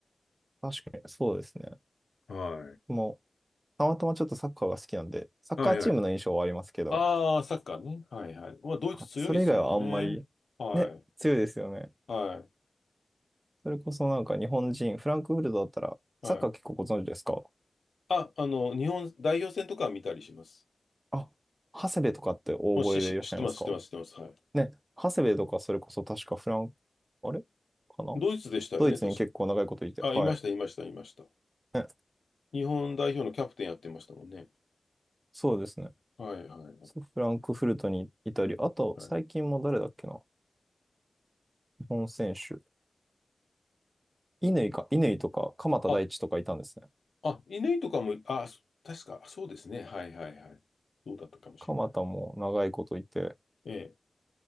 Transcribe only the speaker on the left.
は
い。はいはい。ああ、サッカーね。はいはい。まあ、ドイツ強いですもんね。
はい。
は
い。
はい。あ、あの、日本代表戦とかは見たりします。
もし、し、知ってます、知ってます、知ってます。はい。
ドイツでしたよね、
確か。あ、
いました、いました、いました。
日本代表のキャプテンやってましたもんね。
はいはいはい
はい。
あ、あ、犬とかも、あ、そ確か、そうですね。はいはいはい。そうだったかもしれない。
ええ。